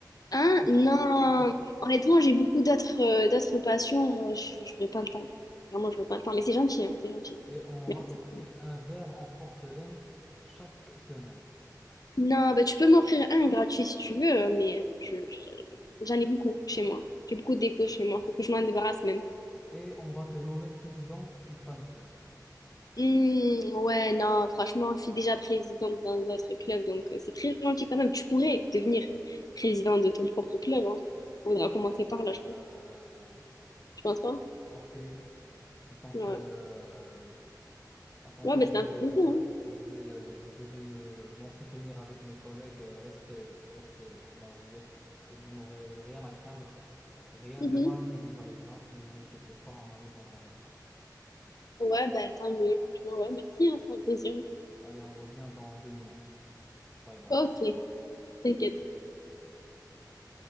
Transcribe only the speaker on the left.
Hein?
Non.
Honnêtement, j'ai beaucoup d'autres euh, d'autres passions. Je n'aurai pas le temps. Vraiment, je n'aurai pas le temps. Mais c'est gentil, hein, c'est gentil.
Merci.
Non, bah, tu peux m'offrir un gratuit si tu veux, euh, mais je, je- j'en ai beaucoup chez moi. J'ai beaucoup de déco chez moi. Faut que je m'en débarrasse même.
Hmm, ouais, non, franchement, je suis déjà présidente d'un autre club, donc euh, c'est très gentil quand même. Tu pourrais devenir président de ton propre club, hein. Faudra commencer par là, je
pense. Tu penses pas?
Ouais.
Ouais, bah,
c'est
un plaisir, hein.
Ouais.
Ouais, bah tant mieux. tu vois ouais, merci, hein, c'est un plaisir.
Ok, t'inquiète.